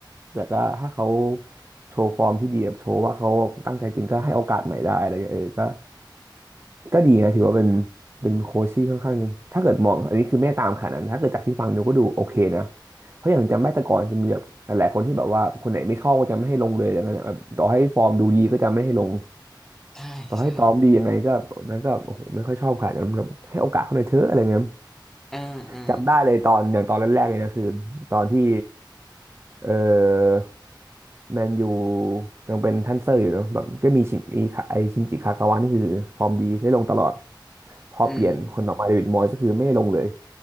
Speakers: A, on the right; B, in the centre.
A: แต่ก็ถ้าเขาโชว์ฟอร์มที่ดีแบบโชว์ว่าเขาตั้งใจจริงก็ให้โอกาสใหม่ได้อะไรเงี้ยเออก็ก็ดีนะถือว่าเป็นเป็นโค้ชที่ค่อนข้างถ้าเกิดมองอันนี้คือไม่ได้ตามขนาดนั้นถ้าเกิดจากที่ฟังดูก็ดูโอเคนะเพราะอย่างจำได้แต่ก่อนจะมีแบบหลายๆคนที่แบบว่าคนไหนไม่ชอบก็จะไม่ให้ลงเลยอะไรเงี้ยนะแบบต่อให้ฟอร์มดูดีก็จะไม่ให้ลง
B: ใช่ใช่
A: ต่อให้ซ้อมดียังไงก็นั้นก็โอ้โหไม่ค่อยชอบขนาดนั้นแบบให้โอกาสเขาหน่อยเถอะอะไรเงี้ย
B: อ่าอ่า
A: จำได้เลยตอนอย่างตอนแรกๆเลยนะคือตอนที่เออแมนยูยังเป็นท่านเซอร์อยู่เนอะแบบก็มีชินอีคาไอชินจิคากาวะนี่คือฟอร์มดีได้ลงตลอดพอเปลี่ยนคนต่อมาเดวิดมอยส์ก็คือไม่ได้ลงเลย
B: อืม